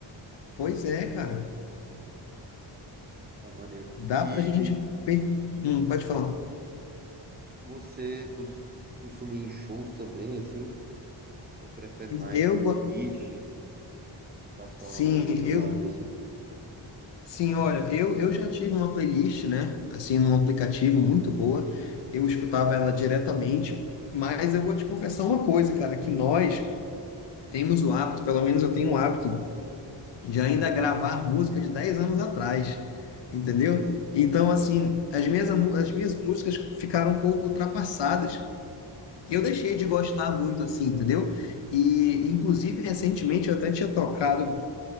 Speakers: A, on the left (about 60°); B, on the right (about 20°).
A: pois é, cara.
B: Ah, maneiro.
A: Dá
B: E
A: pra gente... per- Hum, pode falar.
B: você cos- costuma ir em shows também, assim? Ou prefere mais
A: Eu,
B: playlist?
A: go-
B: Escutar só
A: sim,
B: no celular
A: eu,
B: mesmo?
A: Sim, olha, eu, eu já tive uma playlist, né? Assim, num aplicativo muito boa. Eu escutava ela diretamente, mas eu vou te confessar uma coisa, cara, que nós temos o hábito, pelo menos eu tenho o hábito, de ainda gravar música de 10 anos atrás, entendeu? Então, assim, as minhas, amu- as minhas músicas ficaram um pouco ultrapassadas. E eu deixei de gostar muito, assim, entendeu? E, inclusive, recentemente eu até tinha tocado